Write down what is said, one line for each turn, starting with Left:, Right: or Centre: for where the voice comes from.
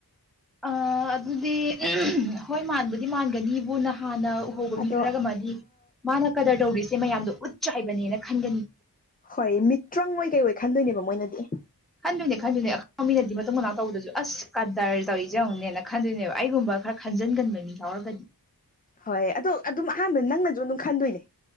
Centre: ꯑꯥ ꯑꯗꯨꯗꯤ ꯍꯣꯏ ꯃꯥꯟꯕꯨꯗꯤ ꯃꯥꯟꯒꯅꯤꯕꯨ ꯅꯍꯥꯟꯅ ꯎ ꯎꯍꯧꯕ
Left: ꯑꯗꯣ
Centre: ꯃꯤ ꯈꯔꯒꯃꯗꯤ ꯃꯥꯅ ꯀꯗ꯭ꯔ ꯇꯧꯔꯤꯁꯦ ꯃꯌꯥꯝꯗ ꯎꯠ ꯆꯥꯏꯕꯅꯦꯅ ꯈꯟꯒꯅꯤ
Left: ꯍꯣꯏ ꯃꯤꯇ꯭ꯔꯪ ꯑꯣꯏ ꯀꯩ ꯑꯣꯏ ꯈꯟꯗꯣꯏꯅꯦꯕ ꯃꯣꯏꯅꯗꯤ
Centre: ꯈꯟꯗꯣꯏꯅꯦ ꯈꯟꯗꯣꯏꯅꯦ ꯑꯈ ꯃꯤꯅꯗꯤ ꯃꯇꯨꯡ ꯃꯅꯥꯎ ꯇꯧꯕꯗꯖꯨ ꯑꯁ ꯀꯥꯗꯔ ꯇꯧꯔꯤꯖꯦ ꯌꯦꯉꯣꯅꯦꯅ ꯈꯟꯗꯣꯏꯅꯦꯕ ꯑꯩꯒꯨꯝꯕ ꯈꯔ ꯈꯟꯖꯟꯒꯟꯕ ꯃꯤ ꯌꯥꯎꯔꯒꯗꯤ
Left: ꯍꯣꯏ ꯑꯗꯣ ꯑꯗꯨꯝ ꯑꯍꯥꯟꯕꯗ ꯅꯪꯅꯖꯨ ꯑꯗꯨꯝ ꯈꯟꯗꯣꯏꯅꯦ